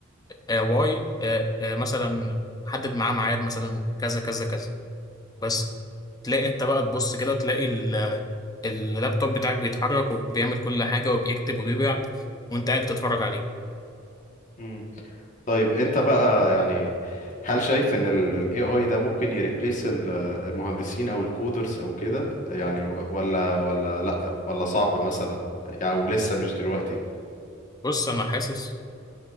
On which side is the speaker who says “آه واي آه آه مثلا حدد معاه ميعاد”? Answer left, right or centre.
Left